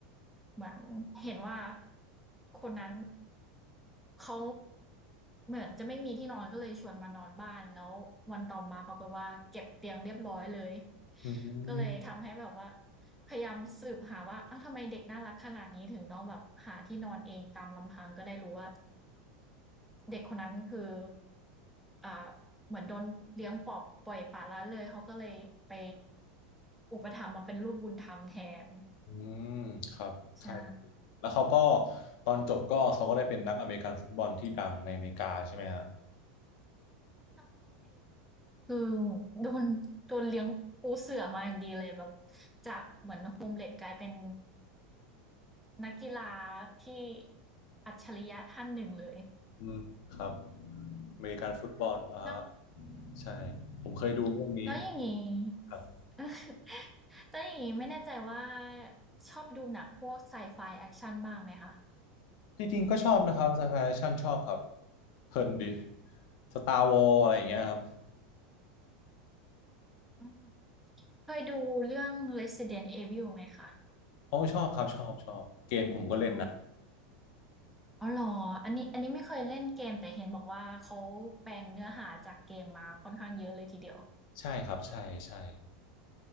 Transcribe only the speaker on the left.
อืม
อืมครับใช่
แล้วเขาก็ตอนจบก็เขาก็ได้เป็นนักอเมริกันฟุตบอลที่ดังในอเมริกาใช่ไหมฮะ
อืมครับอเมริกันฟุตบอลอ่า
ใช่ผมเคยดูเรื่องนี้
ครับ
จริงๆก็ชอบนะครับไซไฟแอคชั่นชอบครับเพลินดีสตาร์วอลอะไรอย่างเงี้ยครับ
โอ้ชอบครับชอบชอบเกมผมก็เล่นนะ
ใช่ครับใช่ใช่